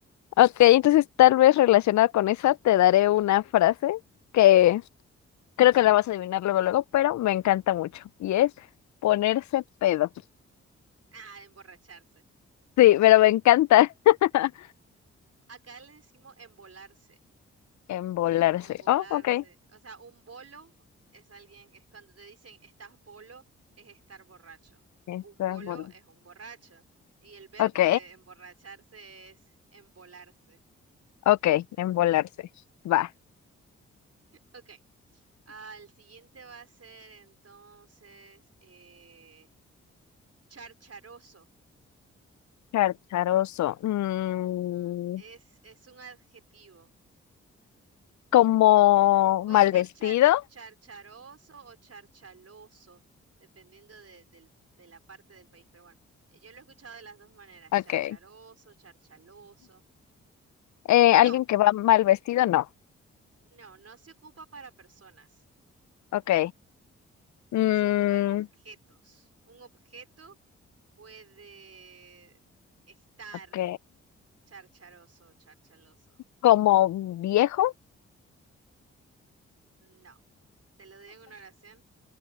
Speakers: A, on the left (about 65°); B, on the right (about 50°).
A: ok, entonces tal vez relacionada con esa te daré una frase que creo que la vas a adivinar luego, luego, pero me encanta mucho y es ponerse pedo.
B: Ah, emborracharse.
A: Sí, pero me encanta <laughs>
B: Acá le decimos embolarse.
A: embolarse.
B: Embolarse.
A: Oh, ok,
B: O sea, un bolo es alguien que es cuando te dicen estás bolo, es estar borracho.
A: está
B: Un bolo
A: bola.
B: es un borracho. Y el verbo
A: Ok,
B: de emborracharse es embolarse.
A: ok, embolarse. Va,
B: Ok. Al siguiente va a ser entonces eh, charcharoso.
A: charcharoso. Mm,
B: Ujú. Es, es un adjetivo.
A: como
B: Puede
A: mal
B: ser
A: vestido.
B: char- charcharoso o charchaloso, dependiendo de, del- de la parte del país. Pero bueno, eh, yo lo he escuchado de las dos maneras,
A: Ok.
B: charcharoso, charchaloso.
A: Eh,
B: No,
A: ¿alguien que va mal vestido? No.
B: no, no se ocupa para personas,
A: Ok. Mm,
B: se ocupa en objetos. Un objeto puede estar
A: ok.
B: charcharoso o charchaloso.
A: ¿Como viejo?
B: No, te lo doy en una oración.